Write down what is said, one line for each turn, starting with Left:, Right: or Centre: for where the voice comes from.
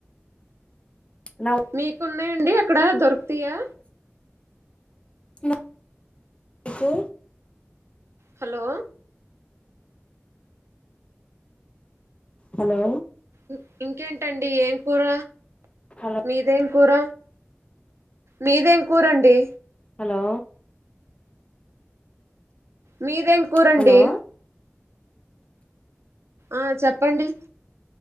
Left: నా వాయిస్
Right: మీకున్నాయండి అక్కడ దొరుకుతయా
Left: మా కు
Right: హలో
Left: హలో
Right: ఇ ఇంకేంటండి ఏం కూర
Left: హలో
Right: మీదేం కూర మీదేం కూరండి
Left: హలో
Right: మీదేం కూరండి
Left: హలో
Right: ఆ చెప్పండి